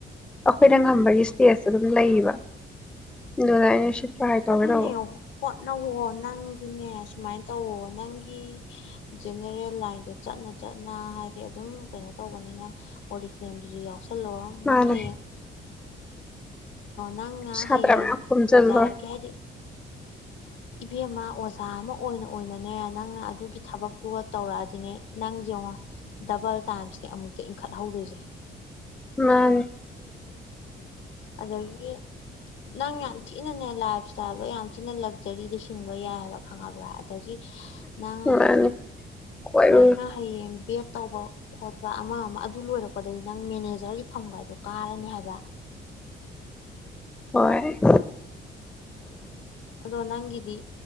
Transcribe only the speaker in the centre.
ꯑꯩꯈꯣꯏꯅ ꯉꯝꯕꯒꯤ ꯏꯁꯇꯦꯖꯇ ꯑꯗꯨꯝ ꯂꯩꯌꯦꯕ ꯑꯗꯨꯅ ꯑꯩꯅ ꯇ꯭ꯔꯥꯏ ꯇꯧꯒꯦ
ꯇꯧꯕ
ꯃꯥꯅꯦ
ꯁꯥꯇ꯭ꯔ
ꯃꯌꯥꯝ ꯈꯣꯝꯖꯤꯜꯂꯣꯏ
ꯃꯅꯤ
ꯃꯥꯅꯤ ꯀꯣꯏꯔꯨ
ꯍꯣꯏ